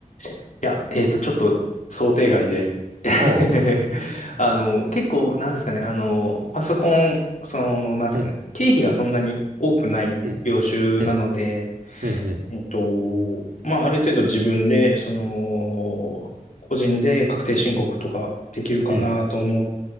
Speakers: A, on the left; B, on the right.
A: いや、えっと、ちょっと想定外で <laughs>
B: ああ、
A: あの、結構、なんですかね、あの、パソコン、その、なんですかね、
B: うん、
A: 経費がそんなに多くない業種なので、
B: うん、うん、うん、うん、
A: えっと、まあ、ある程度自分で、その、個人で確定申告とかできるかなと思っ
B: うん、